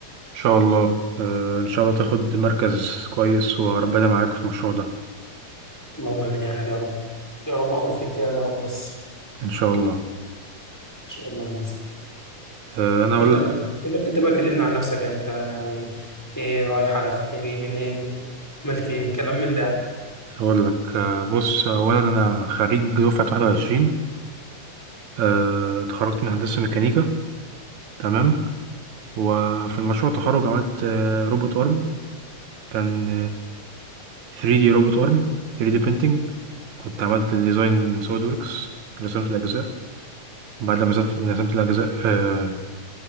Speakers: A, on the right (about 60°); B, in the centre.
A: شاء الله آه ان شاء الله تاخد مركز كويس وربنا معاك في المشروع ده
B: اللهم امين يا غالي يا رب يا رب اخد فيه امتياز يا رب بس ان
A: ان شاء الله
B: شاء الله الناس
A: آه انا اقول
B: انت بقى
A: لك
B: انت بقى كلمنا عن نفسك انت يعني ايه رايح على فين جاي منين عملت ايه كلام من ده يعني.
A: اقول لك آه بص اولا انا خريج دفعة 21 آه اتخرجت من هندسة ميكانيكا تمام وفي المشروع التخرج عملت آه روبوت ارم كان آه، 3D روبوت ارم 3D printing كنت عملت الديزاين من سوليد وركس رسمت الاجزاء بعد ما رسمت رسمت الاجزاء آه،